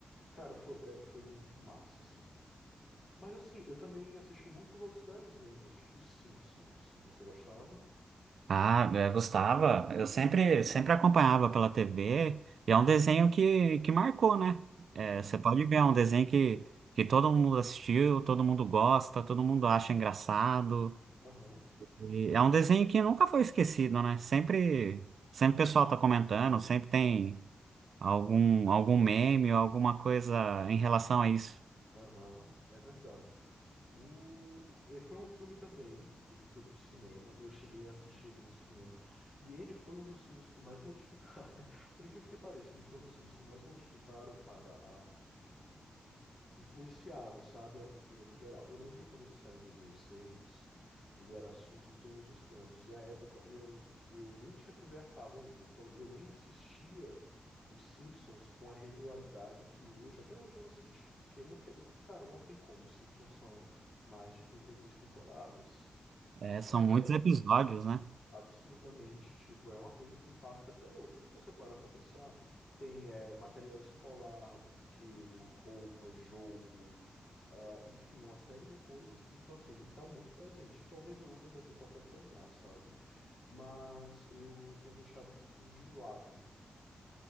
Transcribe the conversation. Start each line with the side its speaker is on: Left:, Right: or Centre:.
Left: Cara, foi, é, foi muito massa, assim. Mas assim, eu também assisti muitos outros desenhos, tipo os Simpsons. Você gostava?
Right: Ah, eu gostava. Eu sempre, sempre acompanhava pela TV. E é um desenho que, que marcou, né?
Left: Uhum.
Right: É, você pode ver, é um desenho que, que todo mundo assistiu, todo mundo gosta, todo mundo acha engraçado.
Left: Aham.
Right: E é um desenho que nunca foi esquecido, né? Sempre, sempre o pessoal
Left: Sim.
Right: tá comentando, sempre tem. Algum, algum meme ou alguma coisa em relação a isso.
Left: Aham, é verdade. O... é, Foi um filme também, ele foi pro cinema, eu cheguei a assistir ele no cinema, e ele foi um dos filmes que mais modificaram, <laughs> por incrível que pareça, ele foi um dos filmes que mais modificaram, cara, influenciaram, sabe, a cultura no geral. Eu lembro que quando ele saiu em 2006, ele era assunto em todos os cantos. E à época eu, eu nem tinha TV a cabo ainda, então eu nem assistia os Simpsons com a regularidade que hoje, até hoje eu assisto. Porque não quer, cara, não tem como. Os Simpsons são mais de 33 temporadas.
Right: É, são
Left: É,
Right: muitos episódios,
Left: é,
Right: né?
Left: Absurdamente, tipo, é uma coisa que impacta até hoje. Quando você para pra pensar, tem eh, material escolar, brinquedo, roupa, jogo, ah, enfim, uma série de coisas. Então, assim, ele tá muito presente. E talvez o outro ainda tente acompanhar, sabe? Mas eu tenho deixado um pouquinho de lado,